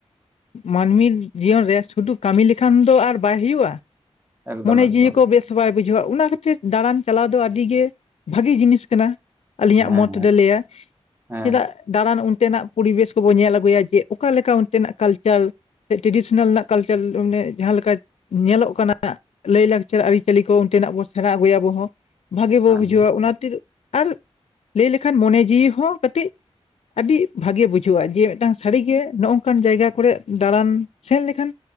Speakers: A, on the left; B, on the right.
A: ᱢᱟᱱᱢᱤ ᱡᱤᱭᱚᱱ ᱨᱮ ᱥᱩᱫᱩ ᱠᱟᱹᱢᱤ ᱞᱮᱠᱷᱟᱱ ᱫᱚ ᱟᱨ ᱵᱟᱭ ᱦᱩᱭᱩᱜᱟ
B: ᱮᱠᱫᱚᱢ
A: ᱢᱚᱱᱮ
B: ᱮᱠᱫᱚᱢ
A: ᱡᱤᱣᱤ ᱠᱚ ᱵᱮᱥ ᱵᱟᱭ ᱵᱩᱡᱷᱟᱹᱣᱟ ᱚᱱᱟ ᱠᱷᱟᱹᱛᱤᱨ ᱫᱟᱬᱟᱱ ᱪᱟᱞᱟᱣ ᱫᱚ ᱟᱹᱰᱤ ᱜᱮ ᱵᱷᱟᱜᱤ ᱡᱤᱱᱤᱥ ᱠᱟᱱᱟ᱾ ᱟᱹᱞᱤᱧᱟᱜ
B: ᱦᱮᱸ
A: ᱢᱚᱛ ᱛᱮᱫᱚ ᱞᱟᱹᱭᱟ
B: ᱦᱮᱸ ᱦᱮᱸ
A: ᱪᱮᱫᱟᱜ ᱫᱟᱬᱟᱱ ᱚᱱᱛᱮ ᱱᱟᱜ ᱯᱚᱨᱤᱵᱮᱥ ᱠᱚᱵᱚᱱ ᱧᱮᱞ ᱟᱹᱜᱩᱭᱟ ᱡᱮ ᱚᱠᱟ ᱞᱮᱠᱟ ᱚᱱᱛᱮ ᱱᱟᱜ ᱠᱟᱞᱪᱟᱨ᱾ ᱴᱨᱮᱰᱤᱥᱚᱱᱟᱞ ᱨᱮᱱᱟᱜ ᱠᱟᱞᱪᱟᱞ ᱢᱟᱱᱮ ᱡᱟᱦᱟᱸ ᱞᱮᱠᱟ ᱧᱮᱞᱚᱜ ᱠᱟᱱᱟ ᱞᱟᱹᱭᱼᱞᱟᱠᱪᱟᱨ ᱟᱹᱨᱤᱪᱟᱹᱞᱤ ᱠᱚ ᱚᱱᱛᱮᱱᱟᱜ ᱵᱚᱱ ᱥᱮᱬᱟ ᱟᱹᱜᱩᱭᱟ ᱟᱵᱚ ᱦᱚᱸ᱾ ᱵᱷᱟᱜᱤ ᱵᱚ
B: ᱦᱮᱸ
A: ᱵᱩᱡᱷᱟᱹᱣᱟ ᱚᱱᱟ ᱠᱷᱛᱤᱨ ᱟᱨ ᱞᱟᱹᱭ ᱞᱮᱠᱷᱟᱱ ᱢᱚᱱᱮ ᱡᱤᱣᱤ ᱦᱚᱸ ᱠᱟᱹᱴᱤᱡ ᱟᱹᱰᱤ ᱵᱷᱟᱜᱮ ᱵᱩᱡᱷᱟᱹᱜᱼᱟ ᱡᱮ ᱢᱤᱫᱴᱟᱝ ᱥᱟᱹᱨᱤ ᱜᱮ ᱱᱚᱜ ᱚᱱᱠᱟᱱ ᱡᱟᱭᱜᱟ ᱠᱚᱨᱮ ᱫᱟᱬᱟᱱ ᱥᱮᱱ ᱞᱮᱠᱷᱟᱱ